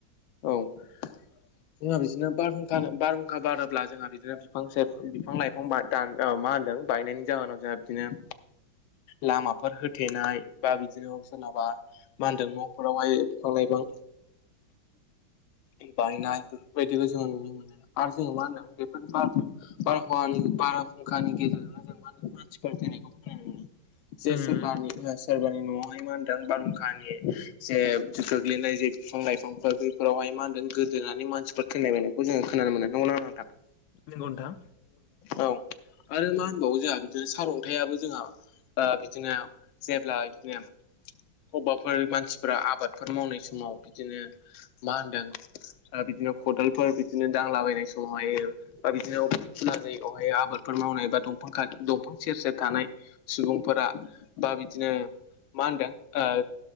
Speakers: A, on the left; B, on the left.
A: औ जोंहा बिदिनो बारहुंखा बारहुंखा बारोब्ला जोंहा बिदिनो बिफां बिफां-लाइफां बा- दा औ मा होनदों बायनायनि जाहोनाव जोंहा बिदिनो लामाफोर होथेनाय बा बिदिनो सोरनाबा मा होनदों न'फोरावहाय बिफां-लाइफां बायनाय बेफोरबायदिखौ जोङो नुनो मोनो आरो जोङो मा होनदों बे- बार बारहावानि बारहुंखानि गेजेरजोंनो जों मा होनो मानसिफोर थैनायखौ खोनानो मोनो। जे
B: उम
A: सोरबानि सोरबानि नआ मा होनदों बारहुंखानि जे गोग्लैनाय जे बिफां-लाइफां फ्राय बैफोरावहाय मा होनदों गोदोनानै मानसिफोर थैलाबायनायखौ जोङो खोनानो मोनदों। नंगौना नंङा नोंथां?
B: नंगौ नोंथां
A: औ आरो मा होनबावो जोंहा बिदिनो सारअन्थाइआबो जोंहा ओ बिदिनो जेब्ला बिदिनो अबावबाफोर मानसिफोरा आबादफोर मावनाय समाव बिदिनो मा होनदों ओ बिदिनो खदालफोर बिदिनो दांलाबायनाय समावहाय बा बिदिनो <unintelligible> आबादफोर मावनाय बा दफां दंफां सेर सेर थानाय। सुबुंफोरा बा बिदिनो मा होनदों ओ